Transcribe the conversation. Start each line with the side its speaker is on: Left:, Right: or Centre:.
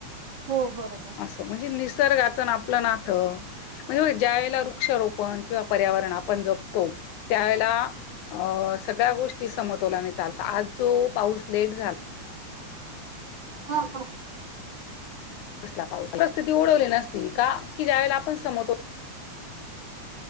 Right: हो बरोबर
Left: म्हणजे निसर्गाचं ना आपलं नातं म्हणजे ज्या वेला वृक्षारोपण किंवा पर्यावरण आपण जपतो त्यावेेळेला अ सगळ्या गोष्टी समतोलाने चालत आज जो पाऊस लेट झाला.
Right: हो हो.
Left: कसला पाऊस आला परिस्थिती <inaudible> नसती का की ज्यावेला आपण समत